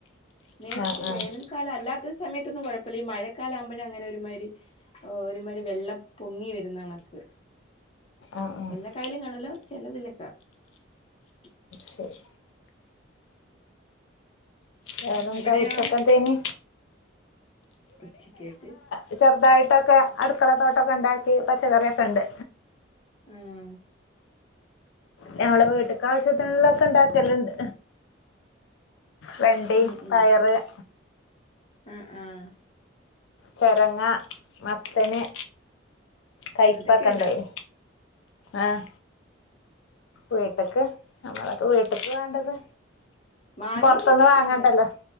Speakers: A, on the left; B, on the left.
A: നേരത്തെ
B: ആഹ്
A: വേനൽ
B: ആഹ്
A: കാലം അല്ലാതെ. മഴ സമയത്തൊന്നും കുഴപ്പമില്ല ഈ മഴക്കാല ആകുമ്പോഴ അങ്ങനെ ഒരുമാരി ഒരുമാരി വെള്ളം പൊങ്ങി വരുന്ന കണക്ക്.
B: ആഹ് ആഹ്
A: എല്ലാ കായിലും കാണൂല്ല. ചെലതിലൊക്കെ <unintelligible>
B: ശരി വേറെന്താ
A: അവിടെയാ
B: ഉച്ചക്കത്തിന്.
A: ഒച്ചക്ക് കേട്ട്
B: ഫുഡുയൊക്കെ അടുക്കളത്തോട്ടയൊക്കെ ഉണ്ടാക്കി പച്ചക്കറിയൊക്കെ ഉണ്ട്.
A: ആഹ്
B: ഞങ്ങള് വീട്ടക്കാവശ്യത്തിനുള്ള ഒക്കെ ഇണ്ടാക്കലുണ്ട്. വെണ്ടയും
A: ഉം ഉം
B: പയറും
A: ആഹ് ആഹ്
B: ചരങ്ങ മത്ത തന്നെ കയ്പ്പക്കെ
A: അതൊക്കെ
B: ഇണ്ടായി
A: ഉണ്ടാ
B: ആഹ് വീട്ടക്ക് നമ്മളൊക്കെ വീട്ടിക്ക് വേണ്ടത്.
A: മാങ്ങയും
B: പുറത്തുന്ന്
A: ചക്കയൊക്കെ
B: വാങ്ങണ്ടല്ലോ.
A: ഉണ്ട്